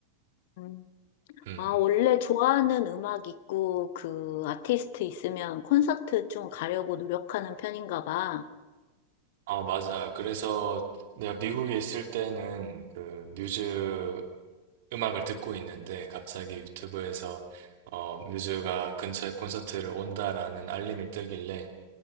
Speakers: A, on the left; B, on the right.
A: 음.
B: 음,
A: 아, 원래 좋아하는 음악 있고 그 아티스트 있으면 콘서트 좀 가려고 노력하는 편인가 봐.
B: 아, 맞아. 그래서 내가 미국에 있을 때는 그 뮤즈 음악을 듣고 있는데 갑자기 유튜브에서 어, 뮤즈가 근처에 콘서트를 온다라는 알림이 뜨길래